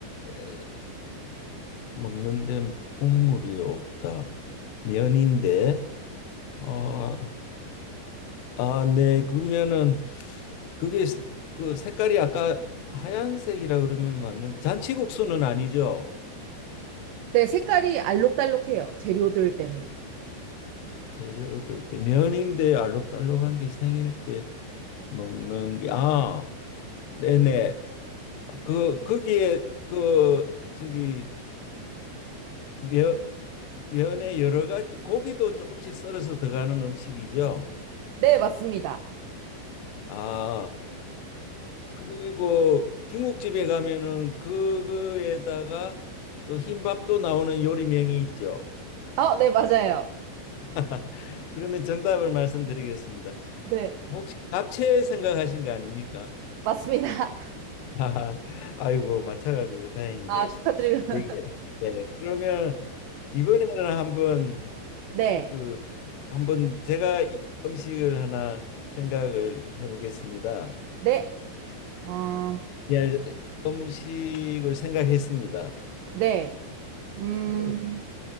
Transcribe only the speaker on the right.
네, 색깔이 알록달록해요. 재료들 때문에.
네, 맞습니다.
어, 네, 맞아요.
네,
맞습니다. <laughs>
아, 축하드립니다.
네,
네, 어,
네. 음,